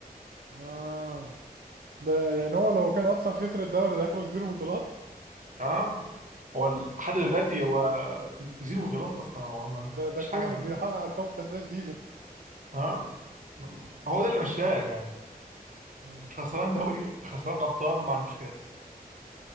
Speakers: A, on the right; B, on the right.
A: اه ده يعني هو لو كان اصلا خسر الدوري ده يخرج زيرو بطولات
B: اه هو لحد دلوقتي هو زيرو بطولات اصلا هو ما
A: ده ده
B: فيش
A: كولر
B: حاجه عنده
A: بيحقق ارقام قياسيه جديده
B: اه هو ده اللي مشاه يعني
A: اه
B: خسران دوري خسران ابطال وما عندوش كاس